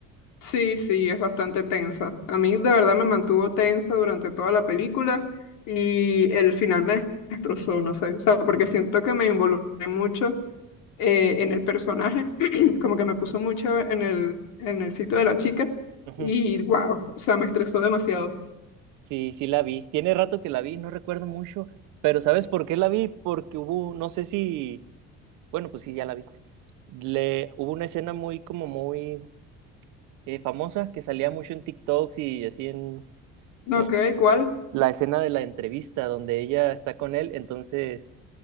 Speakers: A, on the left; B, on the right.
A: Sí, sí, es bastante tensa. A mí de verdad me mantuvo tensa durante toda la película y el final me destrozó, no sé. O sea, porque siento que me involucré mucho eh, en el personaje, <clears throat> como que me puso mucho en el, en el sitio de la chica
B: Ujú.
A: y wow, o sea, me estresó demasiado.
B: Sí, sí la vi. Tiene rato que la vi, no recuerdo mucho, pero ¿sabes por qué la vi? Porque hubo, no sé si, bueno, pues sí, ya la viste. Le, hubo una escena muy, como muy eh, famosa que salía mucho en TikToks y así en,
A: No,
B: en
A: Ok, ¿cuál?
B: la escena de la entrevista donde ella está con él, entonces